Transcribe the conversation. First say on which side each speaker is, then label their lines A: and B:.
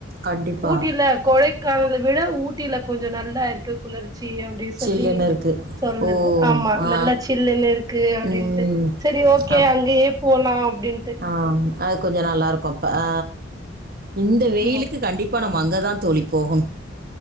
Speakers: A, on the right (about 45°); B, on the right (about 20°).
A: கண்டிப்பாக
B: ஊட்டில கொடைக்கானல விட ஊ ட்டில கொஞ்சம் நல்லா இருக்கு குளிர்ச்சி அப்படின்னு சொல்லி
A: சில்லுன்னு இருக்கு
B: சொல்லுது
A: ஓ
B: ஆமா
A: ஆ
B: நல்லா சில்லுனு இருக்கு அப்படின்ட்டு
A: ம்
B: சரி ஓகே
A: அப்
B: அங்கயே போலாம் அப்படின்ட்டு
A: ஆ அது கொஞ்சம் நல்லாயிருக்கும் ஆ இந்த வெயிலுக்கு
B: ஆமா
A: கண்டிப்ப இப்ப நம்ம அங்கதான் தோழி போகணும்